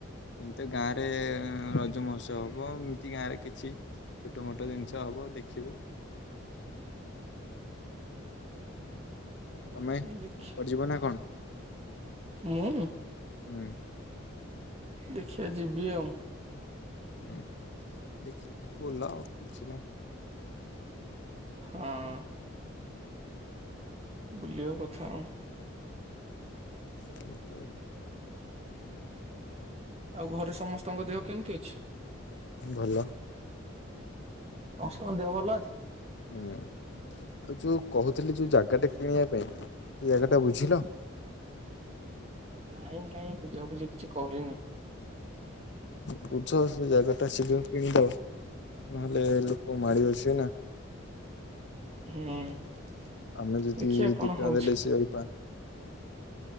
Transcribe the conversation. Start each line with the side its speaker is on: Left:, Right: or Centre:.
Left: ଏମିତି ଗାଁରେ ରଜ ମହୋତ୍ସବ ହବ ଏମିତି ଗାଁ ରେ କିଛି ଛୋଟମୋଟ ଜିନିଷ ହବ ଦେଖିବୁ। ତମେ କୁଆଡେ
Right: ଦେଖି
Left: ଯିବ ନା କଣ?
Right: ମୁଁ
Left: ହୁଁ।
Right: ଦେଖିବା ଯିବି ଆଉ।
Left: ହୁଁ ହୁଁ ଦେଖିକି ବୁଲ ଆଉ କିଛି ନାହିଁ।
Right: ହଁ। ବୁଲିବା କଥା ଆଉ
Left: ସେଇତ
Right: ଆଉ ଘରେ ସମସ୍ତଙ୍କ ଦେହ କେମିତି ଅଛି?
Left: ଭଲ।
Right: ସମସ୍ତଙ୍କ ଦେଅ ଭଲ ଅଛି?
Left: ହୁଁ ଆଉ ଯୋଉ କହୁଥିଲି ଯୋଉ ଜାଗାଟା କିଣିବା ପାଇଁ ସେ ଜାଗାଟା ବୁଝିଲ?
Right: ହୁଁ ନାଇଁ କାହିଁ ବୁଝାବୁଝି କିଛି କରିନି।
Left: ବୁଝ ସେ ଜାଗା ଟା ଶୀଘ୍ର କିଣିଦବା। ନହେଲେ ଲୋକ ମାଡି ବସିବେ ନା?
Right: ହୁଁ।
Left: ଆମେ ଯଦି
Right: ଦେଖିବା କଣ
Left: ଦି ଟଙ୍କା
Right: ହଉଛି
Left: ଦେଲେ ସେ ପା